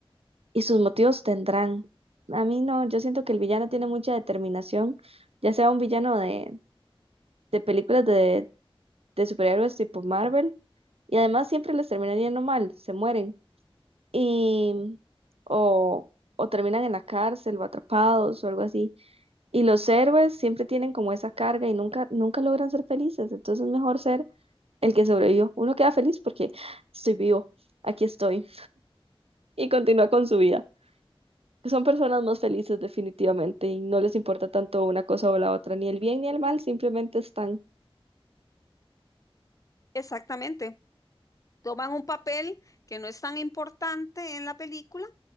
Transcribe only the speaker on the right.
y sus motivos tendrán. A mí no, yo siento que el villano tiene mucha determinación, ya sea un villano de, de películas de, de superhéroes tipo Marvel, y además siempre les termina yendo mal, se mueren. Y, o, o terminan en la cárcel o atrapados o algo así. Y los héroes siempre tienen como esa carga y nunca, nunca logran ser felices. Entonces es mejor ser el que sobrevivió. Uno queda feliz porque estoy vivo, aquí estoy. y continúa con su vida. Son personas más felices definitivamente y no les importa tanto una cosa o la otra, ni el bien ni el mal, simplemente están.